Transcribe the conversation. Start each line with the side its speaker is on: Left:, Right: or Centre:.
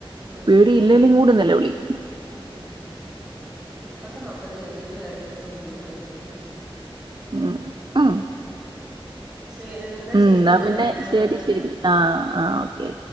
Centre: ഉം
Right: പേടി ഇല്ലെലും കൂടി നില വിളിക്കും
Centre: ഉം ഇപ്പത്തെ മക്കൾക്ക് ഇടിയും പേടില്ല ഒന്നും പേടില്ല.
Right: മ് മ്
Centre: ശ എന്നാ
Right: ഉം,
Centre: ശരി
Right: ന്ന
Centre: എന്നാല്
Right: പിന്നെ
Centre: ഞാന്
Right: ശരി,
Centre: ആഹ്
Right: ശരി ആഹ് ആഹ് ഓക്കെ